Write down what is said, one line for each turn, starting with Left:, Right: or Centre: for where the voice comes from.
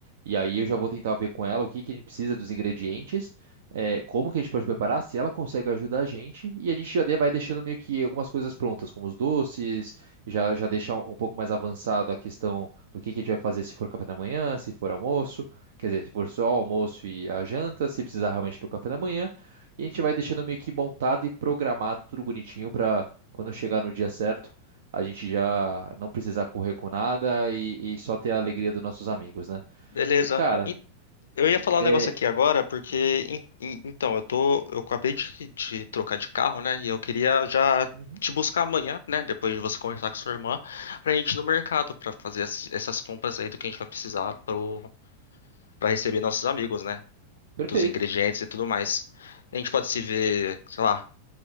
Right: E aí eu já vou tentar ver com ela o que que a gente precisa dos ingredientes, eh, como que a gente pode preparar, se ela consegue ajudar a gente. E a gente já de- vai deixando meio que algumas coisas prontas, como os doces, já já deixar um um pouco mais avançado a questão do que que a gente vai fazer se for café da manhã, se for almoço, quer dizer, se for só almoço e a janta, se precisar realmente do café da manhã. E a gente vai deixando meio que montado e programado tudo bonitinho para quando chegar no dia certo, a gente já não precisar correr com nada e, e só ter a alegria dos nossos amigos, né?
Left: Beleza.
Right: E cara,
Left: Eu ia falar
Right: é
Left: um negócio aqui agora, porque em- em- então, eu tô, eu acabei de, de trocar de carro, né? E eu queria já
Right: Uhum.
Left: te buscar amanhã, né? Depois de você conversar com sua irmã, pra gente ir no mercado pra fazer as- essas compras aí do que a gente vai precisar pro, pra receber nossos amigos, né?
Right: perfeito.
Left: Dos ingredientes e tudo mais. A gente pode se ver, sei lá,